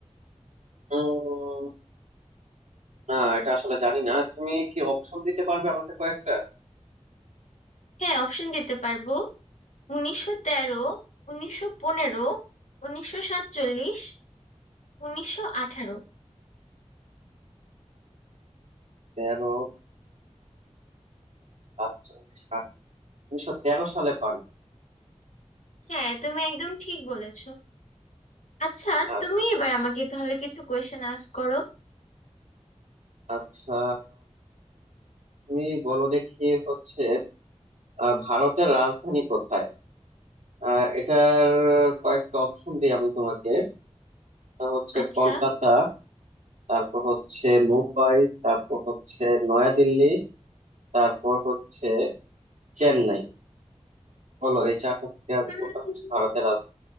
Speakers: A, on the right; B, on the left.
A: উম, না এটা আসলে জানি না তুমি কি অপশন দিতে পারবে আমাকে কয়েকটা
B: হ্যাঁ অপশন দিতে পারবো উনিশশো তেরো উনিশশো পনেরো উনিশশো সাতচল্লিশ উনিশশো আঠারো
A: তেরো সাতচল্লিশ আট উনিশশো তেরো সালে পান
B: হ্যাঁ তুমি একদম ঠিক বলেছো আচ্ছা
A: আ-
B: তুমি এবার আমাকে তাহলে কিছু কোয়েশ্চেন আস্ক করো
A: আচ্ছা তুমি বলো দেখি হচ্ছে আহ, ভারতের রাজধানী কোথায় আহ, এটার কয়েকটা অপশন দিই আমি তোমাকে এটা হচ্ছে
B: আচ্ছা
A: কলকাতা তারপর হচ্ছে মুম্বাই তারপর হচ্ছে নয়াদিল্লি তারপর হচ্ছে চেন্নাই বলো এই চারটা থেকে আর
B: উম,
A: কোনটা হচ্ছে ভারতের রাজধানী